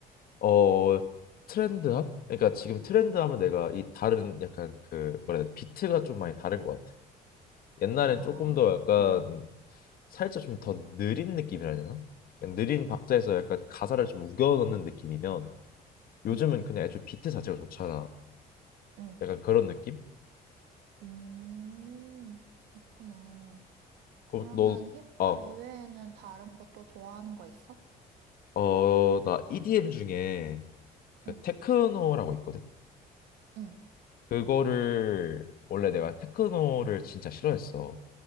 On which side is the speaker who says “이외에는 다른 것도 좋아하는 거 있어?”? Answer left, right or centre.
Right